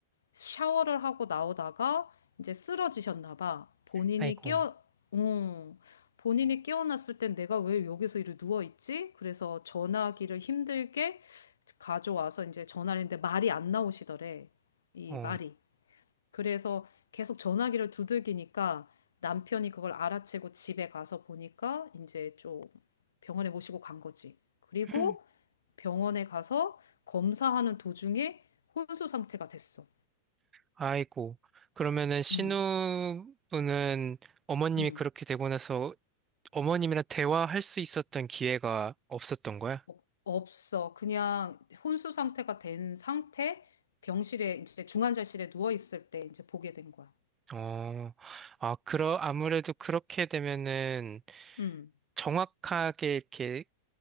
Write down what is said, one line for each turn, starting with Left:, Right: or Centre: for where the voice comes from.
Left: 샤워를 하고 나오다가 이제 쓰러지셨나 봐. 본인이
Right: 아이고,
Left: 깨어, 어, 본인이 깨어났을 땐 내가 왜 여기서 이렇게 누워있지? 그래서 전화기를 힘들게 가져와서 이제 전화를 했는데 말이 안 나오시더래. 이
Right: 어,
Left: 말이. 그래서 계속 전화기를 두들기니까 남편이 그걸 알아채고 집에 가서 보니까 이제 좀 병원에 모시고 간 거지. 그리고
Right: <clears throat>
Left: 병원에 가서 검사하는 도중에 혼수 상태가 됐어.
Right: 아이고. 그러면은 신우분은
Left: 음.
Right: 어머님이
Left: 음,
Right: 그렇게 되고 나서 어머님이랑 대화할 수 있었던 기회가 없었던 거야?
Left: 어- 없어. 그냥 혼수 상태가 된 상태, 병실에 이제 중환자실에 누워 있을 때 이제 보게 된 거야.
Right: 어, 아, 그러, 아무래도 그렇게 되면은
Left: 음,
Right: 정확하게 이렇게